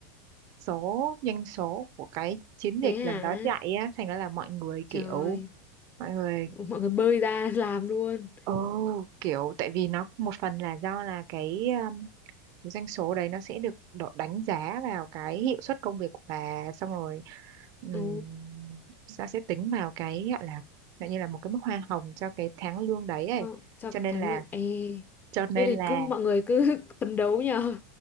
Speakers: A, on the right; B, on the left.
A: số doanh số của cái chiến dịch
B: Thế hả?
A: lần đó chạy á thành ra là mọi người
B: Trời,
A: kiểu mọi người
B: <laughs> mọi người bơi ra <laughs> làm luôn.
A: Ồ, kiểu tại vì nó một phần là do là cái, um, cái doanh số đấy nó sẽ được đo- đánh giá vào cái hiệu suất công việc của bà xong rồi um,
B: Ồ,
A: nó sẽ tính vào cái gọi là gọi như là một cái mức hoa hồng cho cái tháng lương đấy ấy.
B: mo- cho
A: Cho nên
B: thắng
A: là
B: lượng. Ê,
A: cho nên
B: thế thì
A: là
B: cứ mọi người cứ <laughs> phấn đấu nhờ.